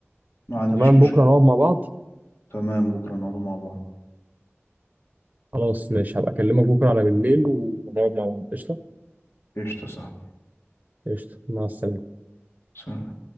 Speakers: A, on the left; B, on the right.
A: ما عنديش
B: تمام
A: مشكلة
B: بكره نقعد مع بعض
A: تمام بكرة نقعدوا مع بعض
B: خلاص ماشي هبقى اكلمك بكره على بالليل ونقعد مع بعض قشطه
A: قشطة صح
B: قشطه مع السلامه
A: سلام